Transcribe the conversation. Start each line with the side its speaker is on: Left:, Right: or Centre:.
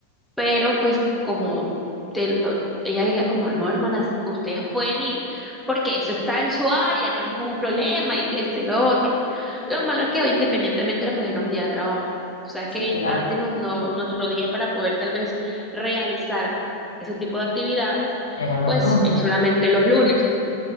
Centre: pero pues como te lo, ella decía como, no, hermanas, ustedes pueden ir porque eso está en su área, no hay ningún problema y esto y lo otro. Lo malo es que hoy independientemente era, pues era un día de trabajo. O sea, es
Left: Sí,
Centre: que
Left: claro,
Centre: antes no, no- nuestro día para poder tal vez realizar ese tipo de actividades,
Left: era los
Centre: pues
Left: lunes
Centre: es solamente los lunes.